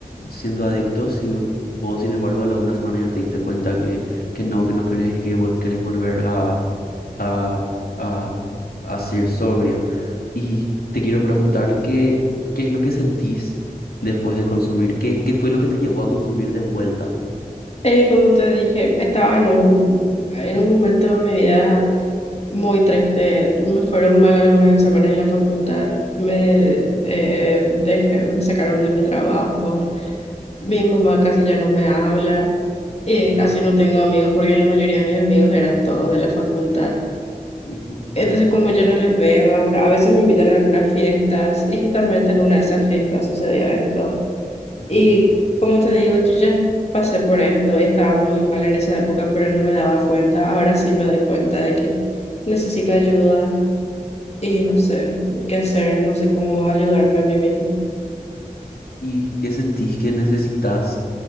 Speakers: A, on the left (about 85°); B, on the left (about 45°).
A: siendo adictos y vos, sin embargo, a la una semana ya te diste cuenta que, que no, que no querés y que vol- querés volver a, a, a, a ser sobria. Y te quiero preguntar qué, qué es lo que sentís después de consumir, qué, qué fue lo que te llevó a consumir de vuelta.
B: Eh, como te dije, estaba en un, en un momento de mi vida muy triste. Me fueron mal algunas semanas en la facultad. Me,
A: Mm,
B: eh, dejé, me sacaron de mi trabajo. Mi mamá casi ya no me habla. Eh,
A: ujú,
B: casi no tengo amigos porque la mayoría de mis amigos eran todos de la facultad.
A: ujú,
B: Entonces,
A: ujú,
B: como yo no les veo, alguna- a veces me invitan a algunas fiestas y justamente en una de esas fiestas sucedió esto.
A: entiendo.
B: Y como te digo, yo ya pasé por esto y estaba muy mal en esa época, pero no me daba cuenta. Ahora sí me doy cuenta de que necesito ayuda y no sé qué hacer, no sé cómo ayudarme a mí misma.
A: ¿Y qué sentís que necesitas